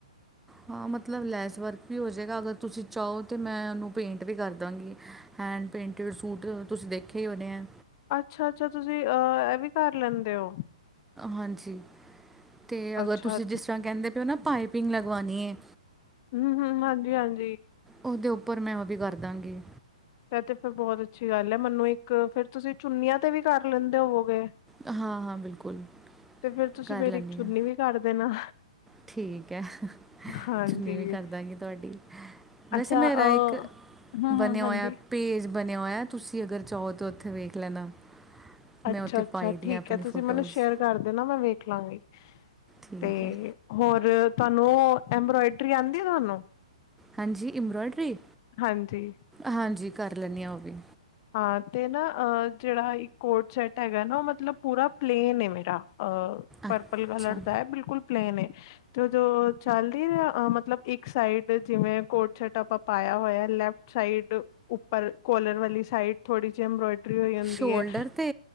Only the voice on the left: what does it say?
ਅੱਛਾ-ਅੱਛਾ ਤੁਸੀ ਆ ਐ ਵੀ ਕਰ ਲੈਂਣੇ ਓ।
ਅੱਛਾ
ਹੂੰ-ਹੂੰ ਹਾਂਜੀ-ਹਾਂਜੀ।
ਆ ਤੇ ਫਿਰ ਬੋਤ ਅੱਛੀ ਗੱਲ ਏ ਮੈਨੂੰ ਇੱਕ ਫੇਰ ਤੁਸੀਂ ਚੁੰਨੀਆਂ ਤੇ ਵੀ ਕਰ ਲੈਂਦੇ ਹੋਵੋਗੇ।
ਤੇ ਫਿਰ ਤੁਸੀਂ
ਮੇਰੀ
ਇੱਕ ਚੁੰਨੀ
ਵੀ ਕਰ ਦੇਣਾ।
ਹਾਂਜੀ
ਅੱਛਾ
ਅ
ਹਮ ਹਮ
ਹਾਂਜੀ
ਅੱਛਾ-ਅੱਛਾ
ਠੀਕ
ਐ ਤੁਸੀਂ
ਮੈਨੂੰ ਸ਼ੇਅਰ ਕਰਦੇ ਨਾ ਮੈਂ ਵੇਖ ਲਾਂਗੀ
ਤੇ
ਹੋਰ ਤਾਨੂੰ ਐਬ੍ਰੋਇਡਰੀ ਆਂਦੀ ਤਾਨੂੰ
ਹਾਂਜੀ
ਹਾਂ ਤੇ ਨਾ ਜੇੜਾ ਇਕ ਕੋਟ ਸੈਟ ਹੈਗਾ ਨਾ ਓ ਮਤਲਬ ਪੂਰਾ ਪਲੇਨ ਏ ਮੇਰਾ ਆ। ਪਰਪਲ
ਕਲਰ ਦਾ ਏ ਬਿਲਕੁਲ ਪਲੇਨ ਏ। ਤੇ ਜੋ ਚੱਲ ਨੀ ਰਿਆ ਮਤਲਬ ਇੱਕ ਸਾਈਡ ਜਿਵੇਂ ਕੋਟ ਸੈਟ ਆਪਾਂ ਪਾਇਆ ਹੋਇਆ ਲੈਫਟ ਸਾਈਡ ਉੱਪਰ ਕੋਲਰ ਵਾਲੀ ਸਾਈਡ ਥੋੜੀ ਜਿਹੀ ਇੰਬਰੋਇਡ ਹੋ ਹੁੰਦੀ
ਹੈ